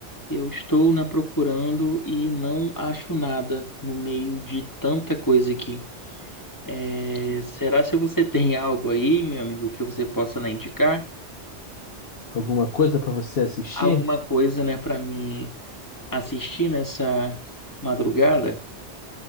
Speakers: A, on the left (about 15°); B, on the left (about 60°).
A: eu estou, né, procurando e não acho nada no meio de tanta coisa aqui. É, será se você <laughs> tem algo aí, meu amigo, que você possa, né, indicar?
B: Alguma coisa pra você assistir?
A: Alguma coisa, né, para mim assistir nessa madrugada?